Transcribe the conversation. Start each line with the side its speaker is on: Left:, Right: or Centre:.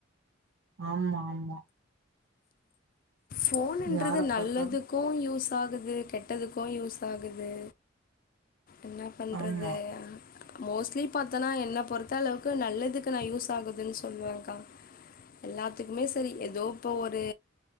Right: ஆம்மா ஆம்மா
Left: ஃபோனுன்றது
Right: யார
Left: நல்லதுக்கு
Right: பாத்தாலு
Left: யூஸ் ஆகுது கெட்டதுக்கு யூஸ் ஆகுது என்ன பண்றது
Right: ஆமா
Left: அ மோஸ்ட்லி பாத்தனா என்ன பொறுத்த அளவுக்கு நல்லதுக்கு நா யூஸ் ஆகுதுன்னு சொல்லுவேங்க்கா எல்லாத்துக்குமே செரி ஏதோ இப்போ ஒரு